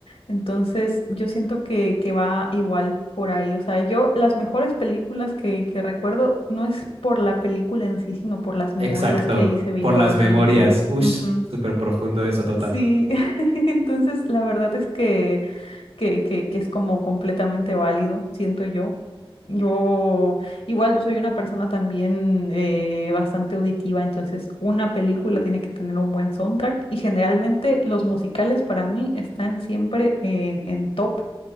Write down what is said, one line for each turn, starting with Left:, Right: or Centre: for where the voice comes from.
Left: Entonces, yo siento que, que va igual por ahí. O sea, yo las mejores películas que, que recuerdo no es por la película en sí, sino por las memorias
Right: Exacto.
Left: que hice viendo
Right: Por las
Left: la película.
Right: memorias. Ush,
Left: Ujú.
Right: súper profundo eso, total.
Left: Sí, <laughs> entonces la verdad es que, que, que, que es como completamente válido, siento yo. Yo igual soy una persona también eh, bastante auditiva, entonces una película tiene que tener un buen soundtrack y generalmente los musicales para mí están siempre en, en top